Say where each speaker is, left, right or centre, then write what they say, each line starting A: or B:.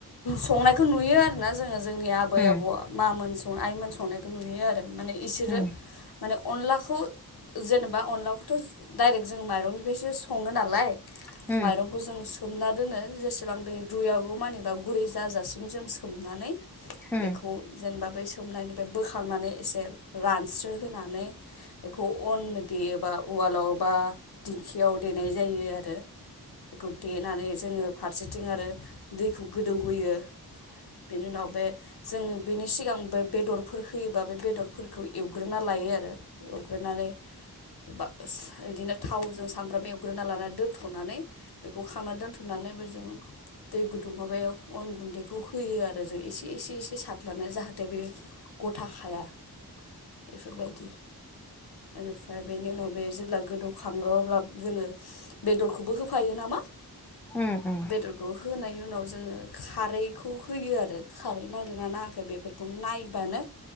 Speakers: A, on the left; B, in the centre.
A: संनायखौ नुयो आरोना जोङो जोंनि आबै
B: उम
A: आबौ मा मोन स-आइमोन संनायखौ नुयो आरो माने इसोरो
B: उम
A: माने अनलाखौ जेनेबा अनलाखौथ' दायरेक जों माइरंनि फ्रायसो सङो नालाय
B: ओ
A: माइरंखौ जों सोमना दोनो जेसेबां बे रुइआगौ मानि बा गुरै जाजासिम जों सोमनानै
B: बिदिनो
A: बेखौ जेनेबा बै सोमनायनिफ्राय बोखांनानै एसे रानस्रो होनानै बेखौ अन देयोबा उवालाव बा दिंखियाव देनाय जायो आरो। खौ देनानै जोङो फारसेथिं आरो दैखौ गोदौहोयो। बेनि उनाव बे जों बेनि सिगां बे बेदरफोर होयोबा बे बेदरफोरखौ एवग्रोना ला यो आरो एवग्रोनानै बास-इदिनो थावजों सामब्राम एवग्रोना लानानै दोन्थ'नानै बेखौ खांनानै दोन्थ'नानै बेजों दै गुदुं माबायाव अन गुन्दैखौ होयो आरो जों एसे एसे एसे सार्लानानै जाहाथे बे गथाखाया। बेफोरबायदि इनिफ्राय बेनि उनाव बे जेब्ला गोदौ खाङो अब्ला जोङो बेदरखौबो होफायो नामा।
B: उम उम।
A: बेदरखौ होनायनि उनाव जोङो खारैखौ होयो आरो खारै नांदोना नाङाखै बेफोरखौनो नायबानो